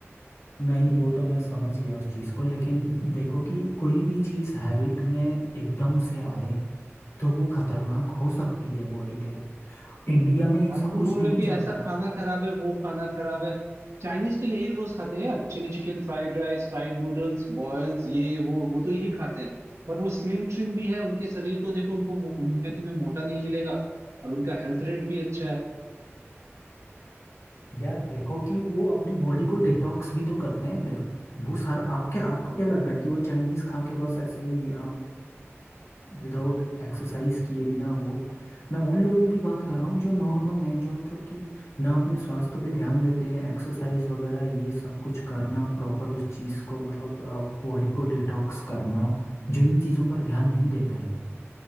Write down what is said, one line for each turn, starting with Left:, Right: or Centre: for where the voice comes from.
Left: नहीं वो तो मैं समझ गया उस चीज़ को लेकिन हम्म। देखो कि कोई भी चीज़ हैबिट में एकदम से आए तो वो खतरनाक हो सकती है बॉडी के लिए इंडिया में ये
Right: और
Left: सब
Right: तुम
Left: कुछ
Right: बोल
Left: नहीं
Right: रहे हो कि
Left: चलता
Right: ऐसा खाना खराब है वो खाना खराब है चाइनीज तो यही रोज खाते हैं यार chilli chicken fried rice fried noodles boils ये वो वो तो यही खाते हैं पर वो स्लिम ट्रिम भी है उनके शरीर को देखो उनको मो- उनमें तुम्हें मोटा नहीं मिलेगा और उनका हेल्थ रेट भी अच्छा है
Left: यार देखो कि वो अपने बॉडी को डिटॉक्स भी तो करते हैं फिर वो सारा आप क्या आपको क्या लग रहा है कि वो चाइनीज खा के बस ऐसे ही विदाउट एक्सरसाइज किए बिना वो मैं उन लोगों की बात कर रहा हूँ जो नॉर्मल हैं जो मतलब कि ना अपने स्वास्थ्य पे ध्यान देते हैं एक्सरसाइज वगैरह ये सब कुछ करना प्रॉपर उस चीज़ को मतलब बॉडी को डिटॉक्स करना जो इन चीज़ों पर ध्यान नहीं देते हैं